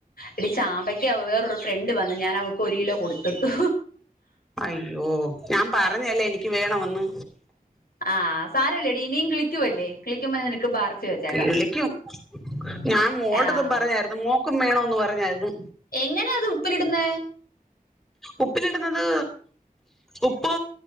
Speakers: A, on the left (about 80°); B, in the centre.
A: എടി ചാമ്പയ്ക്ക് വേറൊരു ഫ്രണ്ട് വന്നു ഞാൻ അവക്ക് ഒരു കിലോ കൊടുത്തിട്ടു
B: അയ്യോ ഞാൻ പറഞ്ഞല്ലേ എനിക്ക് വേണമെന്ന്
A: ആഹ സാരമല്ലേട ഇനിയും കിളിക്കുവല്ലേ കിളിക്കുമ്പോ നിനക്ക് പാറച്ച് വെച്ചേക്കാം
B: വിളിക്കും ഞാൻ മോളടതും
A: ആഹ്
B: പറഞ്ഞായിരുന്നു മോക്കും വേണോന്ന് പറഞ്ഞായിരുന്നു
A: എങ്ങനെയാ അത് ഉപ്പിലിടുന്ന
B: ഉപ്പിലിടുന്നത് ഉപ്പ്